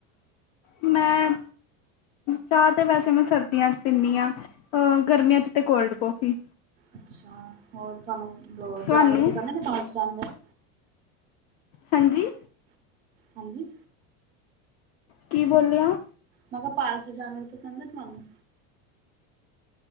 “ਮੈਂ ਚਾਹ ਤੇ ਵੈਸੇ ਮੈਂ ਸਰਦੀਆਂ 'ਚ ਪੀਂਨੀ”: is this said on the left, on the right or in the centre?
Left